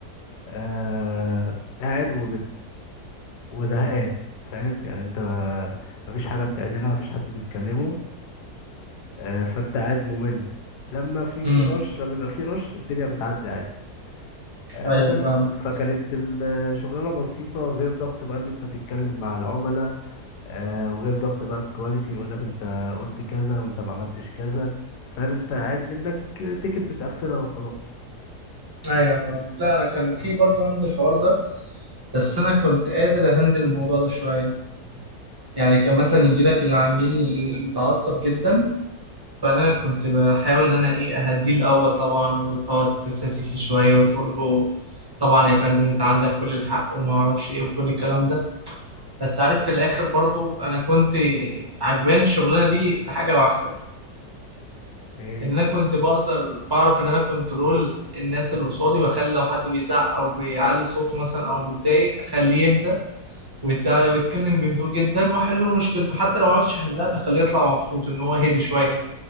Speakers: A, on the left (about 80°); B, on the right (about 20°).
A: آه قاعد وبت... وزهقان فاهم يعني انت ما مفيش حاجة بتعملها مفيش حد بيتكلمه آه فانت قاعد ممل لما في
B: امم
A: في رش لما يبقى في رش الدنيا بتعدي عادي آه
B: ايوه
A: بس
B: فاهمك
A: فكانت الشغلانة بسيطة غير ضغط بقى ان انت تتكلم مع العملاء آه وغير ضغط بقى الكواليتي يقول لك انت قلت كذا وانت ما عملتش كذا فاهم انت قاعد منك تيكت بتقفلها وخلاص
B: ايوه فاهمك لا انا كان في
A: اه
B: برضو عندي الحوار ده بس انا كنت قادر اهندل الموضوع ده شويه يعني كان مثلا يجي لك العميل المتعصب جدا فانا
A: اه
B: كنت بحاول ان انا ايه اهديه الاول طبعا وتقعد تساسي فيه شويه وتقول له طبعا يا فندم انت عندك كل الحق وما اعرفش ايه وكل الكلام ده بس عارف في الاخر برضو انا كنت عجباني الشغلانه دي لحاجه واحده
A: ايه
B: ان انا كنت بقدر بعرف ان انا كنترول الناس اللي قصادي واخلي لو حد بيزعق او بيعلي صوته مثلا او متضايق اخليه يهدى ويتع- ويتكلم بهدوء جدا واحل له مشكلته حتى لو ما عرفتش احلها بخليه يطلع مبسوط ان هو هدي شويه